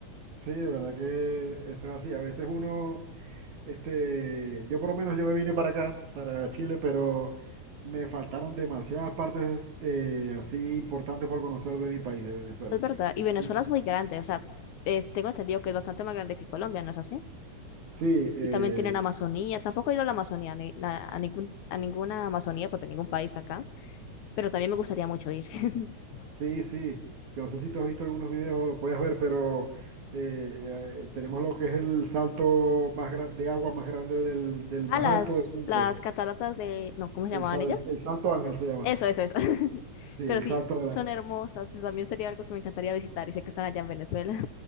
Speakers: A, on the right (about 70°); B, on the left (about 75°).
A: Sí, de verdad que eso es así. A veces uno... Este, yo por lo menos yo me vine para acá, para Chile, pero me faltaron demasiadas partes eh, así importantes por conocer de mi país, de Venezuela.
B: Es verdad. Y Venezuela
A: Y-
B: es muy grande, o sea, eh, tengo entendido que es bastante más grande que Colombia, ¿no es así?
A: Sí, eh,
B: y también tienen Amazonía. Tampoco he ido a la Amazonía, ni- a, a ningún- a ninguna Amazonía, porque ningún país acá, pero también me gustaría mucho ir. <laughs>
A: sí, sí. Yo no sé si tú has visto algunos videos o lo puedes ver, pero eh, eh, tenemos lo que es el salto más gra- de agua más grande del, del
B: A
A: más
B: las,
A: alto del mundo.
B: las cataratas de, no, ¿cómo se
A: El,
B: llamaban
A: sal-
B: ellas?
A: el Salto Ángel se llama.
B: Eso, eso, eso. <laughs>
A: Sí, el
B: Pero sí,
A: Salto Ángel.
B: son hermosas, y también sería algo que me encantaría visitar y sé que están allá en Venezuela.